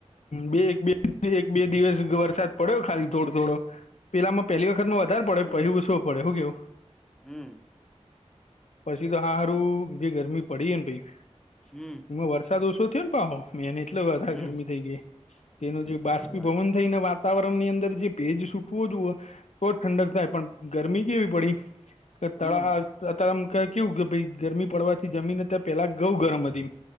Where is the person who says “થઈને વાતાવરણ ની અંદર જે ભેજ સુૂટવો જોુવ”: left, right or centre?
Left